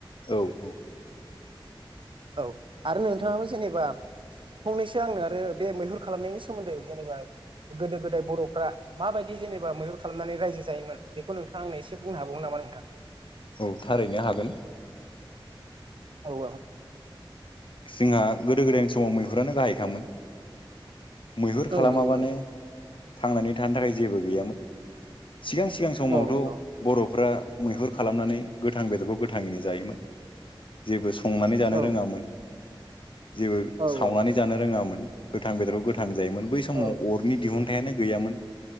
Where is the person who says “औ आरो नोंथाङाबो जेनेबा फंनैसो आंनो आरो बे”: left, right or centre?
Right